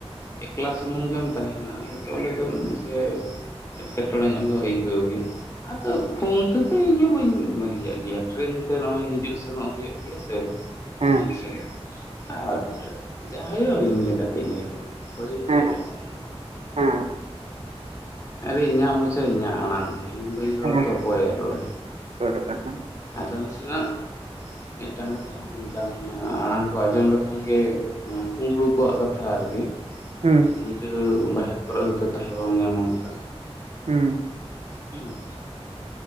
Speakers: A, on the left; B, on the right.
A: ᱮᱠᱞᱟ ᱥᱩᱢᱩᱝ ᱜᱮᱢ ᱛᱟᱦᱮᱱᱟ ᱚᱸᱰᱮ ᱫᱚ ᱱᱟᱥᱮ᱾ ᱮᱴᱠᱮᱴᱚᱬᱮ ᱧᱚᱜ ᱫᱚ ᱟᱹᱭᱠᱟᱹᱣ ᱜᱮᱭᱟ ᱟᱫᱚ ᱯᱷᱳᱱ ᱛᱮᱫᱚ ᱤᱧ ᱦᱚᱸ ᱵᱟᱹᱧ ᱢᱤᱭᱟᱜ ᱜᱮᱭᱟ ᱴᱨᱮᱹᱱ ᱛᱮ ᱱᱚᱜᱚᱭ ᱦᱤᱡᱩᱜ ᱥᱮᱱᱚᱜ ᱦᱩᱭᱩᱜ ᱜᱮᱭᱟ ᱥᱮ
B: ᱦᱮᱸ
A: ᱢᱟᱺᱡᱷᱤ ᱥᱟᱡᱤ ᱟᱪᱪᱷᱟ ᱡᱟ ᱦᱩᱭᱩᱜᱳ ᱤᱧ ᱞᱮᱠᱟᱛᱮᱧ ᱨᱚᱲ-ᱟ ᱦᱳᱭ ᱪᱮᱫ
B: ᱦᱮᱸ
A: ᱮ ᱢᱮᱛᱟᱢ?
B: ᱦᱮᱸ
A: ᱟᱨᱮ ᱤᱧᱟᱹᱜ ᱢᱚᱪᱟ ᱤᱧᱟᱹᱜ ᱟᱲᱟᱝ ᱤᱧ ᱵᱟᱹᱧ ᱨᱚᱲᱟ
B: ᱦᱮᱸ
A: ᱛᱚ ᱚᱠᱚᱭ ᱭᱮ ᱨᱚᱲᱟ
B: ᱵᱟᱨᱚᱴᱟ ᱠᱷᱟᱱ
A: ᱟᱫᱚ ᱱᱟᱥᱮᱱᱟᱜ ᱢᱤᱫ ᱴᱟᱝ ᱠᱟᱛᱷᱟ ᱚᱱᱠᱟᱱ ᱟᱲᱟᱝ᱾ ᱟᱸᱡᱚᱢ ᱞᱮᱠᱷᱟᱱ ᱜᱮ ᱦᱮᱸ ᱠᱩᱵᱽᱲᱩ ᱠᱚᱣᱟᱜ ᱠᱟᱛᱷᱟ ᱟᱨᱠᱤ
B: ᱦᱩᱸ᱾
A: ᱧᱤᱫᱟᱹ ᱵᱟᱦᱮᱨ ᱠᱚᱨᱮ ᱦᱚᱭ ᱛᱚ ᱛᱟᱦᱮᱸ ᱵᱟᱢ ᱧᱟᱢᱟ ᱚᱱᱠᱟ᱾
B: ᱦᱩᱸ
A: ᱦᱩᱸ᱾